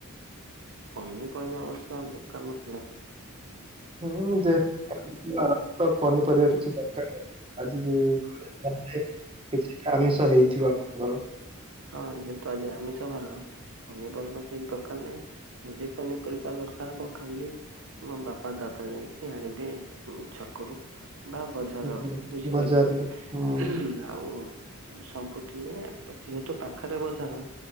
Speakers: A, on the right; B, on the right.
A: ପନିପରିବା ଅବଶ୍ୟ ଦରକାର ନଥିଲା
B: ହୁଁ ଯେ ଜର ତ ପନିପରିବା କିଛି ଦରକାର <inaudible> ଆଜି ଯେ ଘରେ କହିଲେ କିଛିଟା ଆମିଷ ହେଇଥିବ ଆପଣଙ୍କର।
A: ହଁ ଯେହେତୁ ଆଜି ଆମିଷ ବାର। ପନିପରିବା କିଛି ଦରକାର ନାହିଁ ଯଦି ପନିପରିବା ଦରକାର ହବ ଖାଲି ମୋ ବାପା ଦାଦା ଯାଇଁକି ଆଣିବେ ଛକରୁ। ବା ବଜାରରୁ
B: ହୁଁ
A: ବୁଝିପାରିଲେ?
B: ବଜାରରୁ ହୁଁ
A: ଆଉ ସବୁଦିନେ ତ ଯେହେତୁ ପାଖରେ ବଜାର